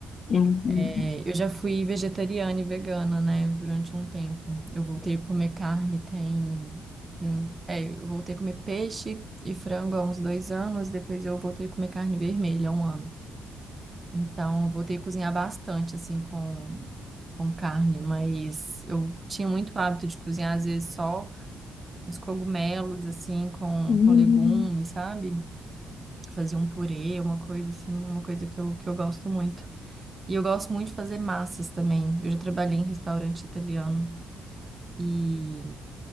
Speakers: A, on the left; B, on the right.
A: Hum, hum,
B: É, eu já fui vegetariana e vegana, né, durante um tempo. Eu voltei a comer carne, tem, tem, é, eu voltei a comer peixe e frango há uns dois anos, depois eu voltei a comer carne vermelha há um ano. Então, eu voltei a cozinhar bastante, assim, com, com carne, mas eu tinha muito hábito de cozinhar, às vezes, só uns cogumelos, assim, com,
A: hum.
B: com legumes, sabe? fazer um purê, uma coisa assim, uma coisa que eu, que eu gosto muito. E eu gosto muito de fazer massas também. Eu já trabalhei em restaurante italiano e